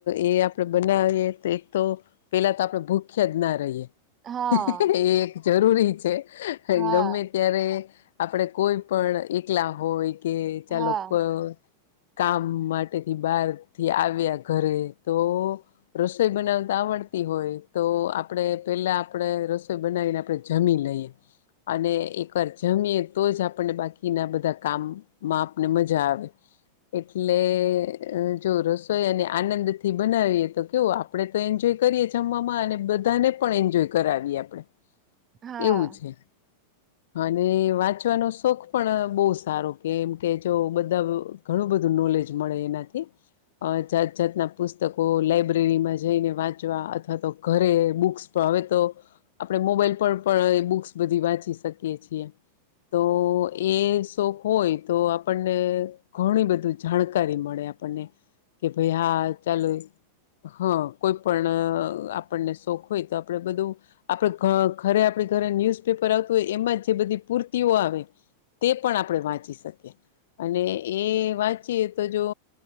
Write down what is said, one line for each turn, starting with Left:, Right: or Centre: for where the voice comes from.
Left: એ આપડે બનાવીએ તો એક તો પેલા તો આપડે ભૂખ્યાજ ના રહીએ. એ
Right: હા
Left: એક જરૂરી છે
Right: હા હા
Left: ગમે ત્યારે આપડે કોઈ પણ એકલા હોય કે ચાલો
Right: હા
Left: કો કામ માટેથી બારથી આવ્યા ઘરે તો રસોઈ બનાવતા આવ ડતી હોય તો આપણે પેલા આપણે રસોઈ બનાવીને આપણે જમી લઈએ. અને એકર જમીય તો જ આપને બાકીના બધા કામમાં આપને મજા આવે. <inaudible> એટલે જો રસોઈને આનંદથી બનાવીએ તો કેવું આપડે તો એન્જોય કરીએ જમવામાં અને બધાને પણ એન્જોય કરાવીએ આપણે.
Right: હા!
Left: એવું છે અને વાંચવાનો શોખ પણ બહુ સારો કેમ કે જો બધા ઘણું બધું નોલેજ મળે એનાથી. અ જાત જાતના પુસ્તકો લાઈબ્રેરીમાં જઈને વાંચવા અથવા તો ઘરે બુક્સ પ હવે તો આપણે મોબાઈલ પર પણ એ બુક્સ બધી વાંચી શકીએ છીએ. તો એ શોખ હોય તો આપણને ઘણી બધી જાણકારી મળે. આપણને કે ભાઈ હા ચાલો હા કોઈ પણ આપણને શોખ હોય તો આપણેે બધું આપડે ઘરે આપણે ઘરે ન્યુઝપેપર આવતું હોય એમાં જે બધી પૂર્તિઓ આવે તે પણ આપણે વાંચી શકીએ. અને એ વાંચીએ તો જો